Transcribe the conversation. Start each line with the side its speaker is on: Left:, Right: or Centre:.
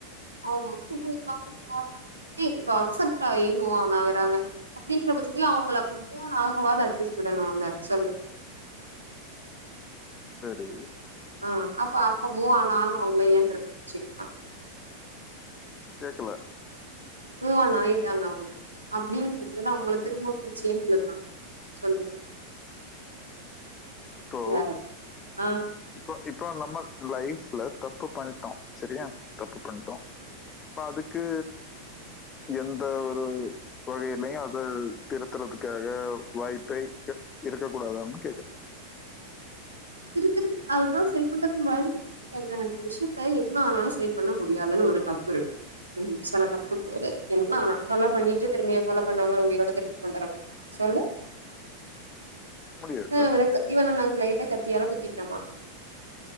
Right: ஆமா சும்மா ஆக போறாங்க கேக்குதா இப்ப அக்செப்ட் ஆயி மூவான் ஆகறாங்க அப்டிங்கற பச்சத்துல அவுங்கள அப்ப மூவான் ஆக வாது அட்லீஸ் விடனுல்ல சொல்லு
Left: சரி
Right: ஆ அப்ப அப்ப மூவான் ஆனவங்கள ஏ திருப் செல்லுப்பா
Left: கேக்கல
Right: மூவான் ஆயிட்டாங்க அவுங்க அப்டின்ற பச்சதுல அவுங்கள திரும்ப புடிச்சியே இல்லப்பா சொல்லு
Left: இப்போ
Right: இல்ல ஆ
Left: இப்போ இப்போ நம்ம லைஃப்ல தப்பு பண்ணிட்டோ செரியா தப்பு பண்ணிட்டோ இப்ப அதுக்கு எந்த ஒரு இப்ப என்னய அதாது திருத்துறத்துக்காக வாய்ப்பே க இருக்க கூடாதான்னு கேக்குற
Right: திருத்திருதுக் அதுதா செரி பண்றதுக்கு வழி முன்னாடி நடந்த விஷயத்த என்ன ஆனாலு செரி பண்ண முடியாதுன்னு ஒரு தப்புரு க்குன் சில தப்பு இருக்கு என்னா <unintelligible> கொல்லா பண்ணிட்டு திரும்பி அவ கொல்ல பண்ணவங்கள உயிரோட திருப்பி கொண்டு வரது சொல்லு
Left: முடியாது.
Right: <unintelligible> இவன நா லைட்டா க த்தியால குத்திக்கிறம்பா